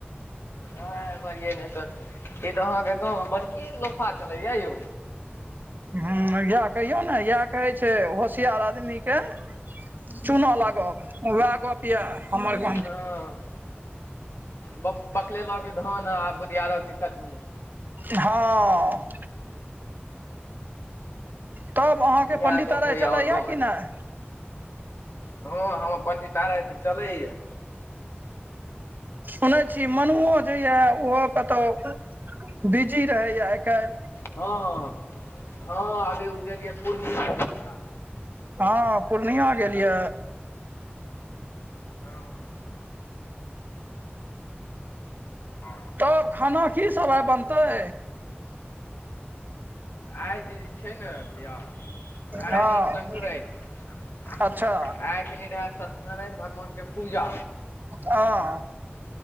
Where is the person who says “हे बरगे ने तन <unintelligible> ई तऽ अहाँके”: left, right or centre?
Left